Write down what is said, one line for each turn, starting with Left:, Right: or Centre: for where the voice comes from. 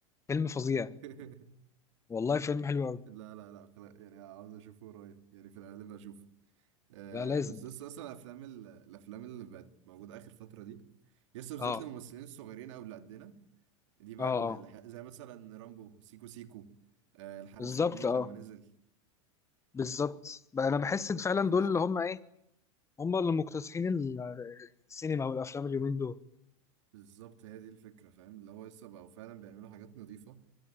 Left: فيلم فظيع
Right: <laughs>
Left: والله فيلم حلو قوي
Right: لا لا لا في الغ- يعني عاوز اشوفه قريب يعني في الغالب اشوفه آه
Left: لا لازم
Right: بس لسه اصلا الافلام ال- الافلام اللي بقت موجوده اخر فتره دي لسه بالذات
Left: اه
Right: الممثلين الصغيرين او اللي قدنا دي بقى
Left: اه
Right: ال-
Left: اه
Right: الح- زي مثلا رامبو سيكو سيكو آه الحريفه
Left: بالظبط
Right: اتنين
Left: اه
Right: لما نزل
Left: بالظبط بقى انا بحس إن فعلا
Right: يعني
Left: دول
Right: ح-
Left: اللي هم ايه هم اللي مكتسحين ال- السينما والافلام اليومين دول
Right: بالظبط هي دي الفكره فاهم اللي هو لسه بقوا فعلا بيعملوا حاجات نظيفه